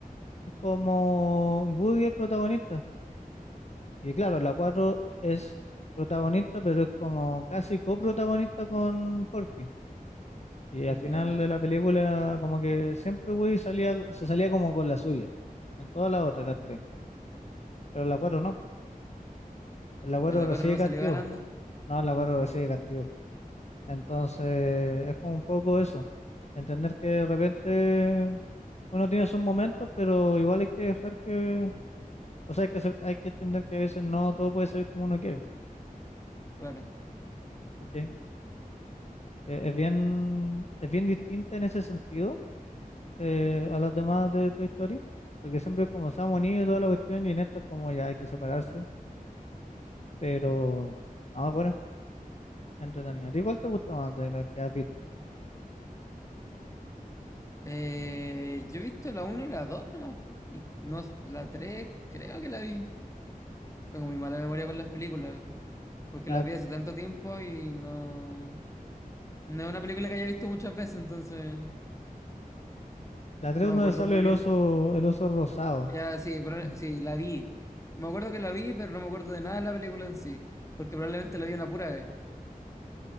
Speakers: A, on the left; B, on the left.
A: es como Woody el protagonista. Y claro, la cuatro es protagonista, pero es como casi coprotagonista con Forky. Y al final
B: Ya,
A: de la película, como que siempre Woody salía, se salía como con la suya. En todas las otras, las tres. Pero en la cuatro no. En la cuatro
B: En la
A: recibe
B: cuatro no
A: castigo.
B: salió ganando.
A: No, en la cuatro recibe castigo. Entonces, es como un poco eso. Entender que de repente uno tiene sus momentos, pero igual hay que dejar que. O sea, hay que, acep- hay que entender que a veces no todo puede salir como uno quiere.
B: Claro.
A: ¿cachai? Eh, Es bien, es bien distinta en ese sentido eh, a las demás de Toy Story, porque siempre es como se han unido y toda la cuestión, y en esta es como ya hay que separarse, pero nada, bueno, entretenido. ¿A ti cuál te gusta más de las que has visto?
B: Eh, yo he visto la uno y la 2 nomás. Y no, la tres. creo que la vi. Tengo muy mala memoria con las películas, porque
A: La,
B: las vi hace tanto tiempo y no... No es una película que haya visto muchas veces, entonces
A: la 3
B: no me
A: donde
B: acuerdo
A: sale
B: muy
A: el
B: bien.
A: oso, el oso rosado.
B: Ya, sí, pero-
A: Ujú.
B: sí, la vi. Me acuerdo que la vi, pero no me acuerdo de nada de la película en sí, porque probablemente la vi una pura vez.